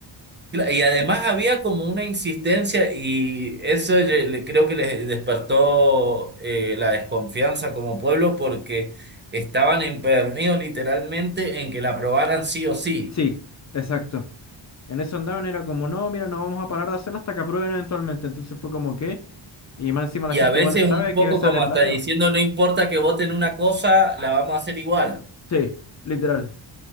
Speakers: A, on the right (about 25°); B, on the left (about 40°).
A: Cla- Y además había como una insistencia y eso yo le- creo que les despertó eh, la desconfianza como pueblo porque estaban empeñados literalmente en que la aprobaran sí o sí.
B: Sí, exacto. En eso andaban, era como, no, mira, no vamos a parar de hacerla hasta que aprueben eventualmente. Entonces fue como que, y más encima la
A: Y
B: gente
A: a veces
B: igual sabe
A: un poco
B: que sale
A: como
B: plata.
A: hasta diciendo, no importa que voten una cosa, la vamos a hacer igual.
B: Sí, literal.